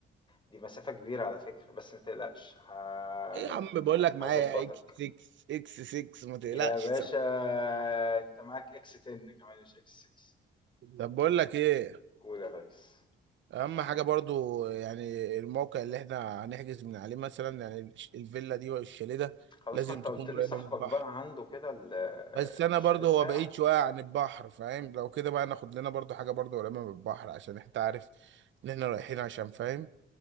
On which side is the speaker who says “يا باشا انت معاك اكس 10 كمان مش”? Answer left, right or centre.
Left